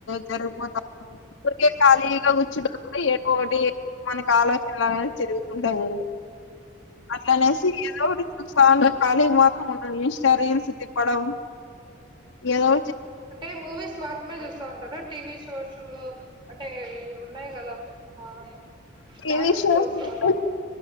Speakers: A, on the left; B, on the right.
A: జరిగిపోతాకే ఊరికే ఖాళీగా కూచుంటేమని ఏదోటి మనకి ఆలోచనలు అనేవి జరుగుతుంటాయి. అట్లానేసి ఏదోటి ఖాళీ మాత్రం ఉండను, ఇన్స్టా రీల్స్ తిప్పడం ఏదో
B: అంటే మూవీస్ మాత్రమే చూస్తాంటారు. టీవీ షోసు అంటే ఉన్నాయి కదా ఆ డాన్సింగ్
A: ఎన్ని షోస్ లు ఉంటాయ్
B: అలా.